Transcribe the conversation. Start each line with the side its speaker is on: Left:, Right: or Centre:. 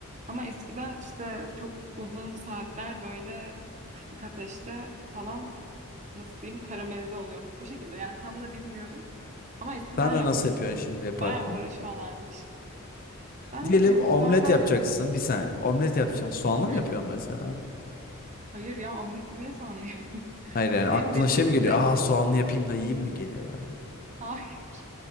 Right: Ama eskiden işte çok uzun saatler böyle kısık ateşte falan nasıl diyeyim karamelize oluyormuş. O şekilde yani tam da bilmiyorum. Ama eskiden
Left: Sen de
Right: yapması
Left: nasıl yapıyorsun şimdi yaparken?
Right: bayağı uğraşıyorlarmış. Ben
Left: Diyelim
Right: nasıl yapıyorum?
Left: omlet
Right: Normal
Left: yapacaksın bir saniye. Omlet yapacaksın. Soğanlı
Right: Hı,
Left: mı yapıyorsun mesela?
Right: hayır ya omleti niye sanlı <laughs>
Left: Hayır yani aklına
Right: Benim dediğim
Left: şey mi geliyor?
Right: direkt
Left: Aa soğanlı yapayım da yiyeyim mi geliyor böyle.
Right: hayır.